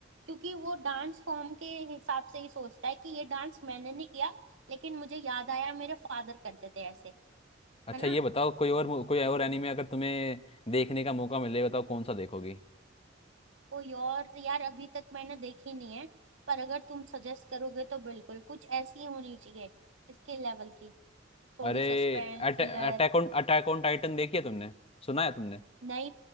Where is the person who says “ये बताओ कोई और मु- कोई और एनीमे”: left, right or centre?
Left